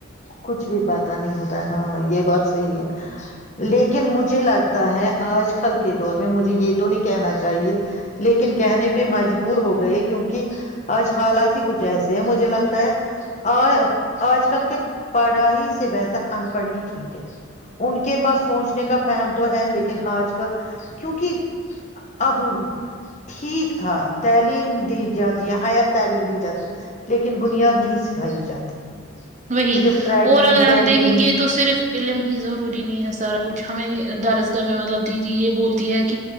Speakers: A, on the left; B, on the right.
A: کچھ بھی پہ نہیں ہوتا ہے ہاں یہ بات صحی ہے لیکن مجھے لگتا ہے آج کل کے دور میں مجھے یہ تو نہیں کہنا چاہیے لیکن کہنے پہ مجبور ہو گئے کیونکہ آج حالات ہی کچھ ایسے ہیں مجھے لگتا ہے آ آج کل کے پڑھا ہی سے بہتر ان پڑھ ہی ٹھیک ہے ان کے پاس سوچ چ کا فہم تو ہے لیکن آج کل کیونکہ اب ٹھیک تھا تعلیم دی جاتی ہے ہائر تعلیم دی جاتی ہے لیکن بنیاد نہیں سکھائی جاتی
B: وہی
A: صرف ٹریکنگ
B: اور اگر ہم
A: کیمپنگ
B: دیکھیں گے تو صرف علم ہی ضروری نہیں ہے سارا کچھ ہمیں درسگاہ میں مطلب دیدی یہ بولتی ہے کہ